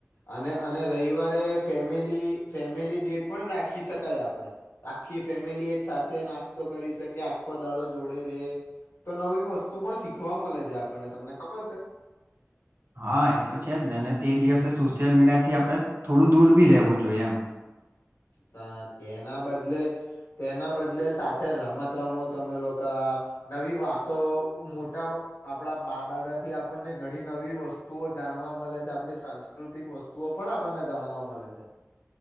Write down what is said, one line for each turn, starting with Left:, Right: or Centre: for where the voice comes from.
Left: અને અને રવિવારે ફેમિલી ફેમિલી ડે પણ રાખી શકાય આપડે આખી ફેમિલી એક સાથે નાસ્તો કરી શકે આખો દાળો જોડે રે તો નવી વસ્તુ પણ શીખવા મળે છે આપણને તમને ખબર છે
Right: હા એ તો છે જ નેને તે દિવસે સોશિયલ મીડિયા થી આપડણે થોડું દૂર ભી રહેવું જોઈએ એમ
Left: તા તેના બદલે તેના બદલે સાથે રમત રમો તમે લોકો નવી વાતો મોટા આપણા બા દાદાથી આપણને ઘણી નવી વસ્તુઓ જાણવા મલે છે આપણી સાંસ્કૃતિક વસ્તુઓ પણ આપણને જાણવા મલે છે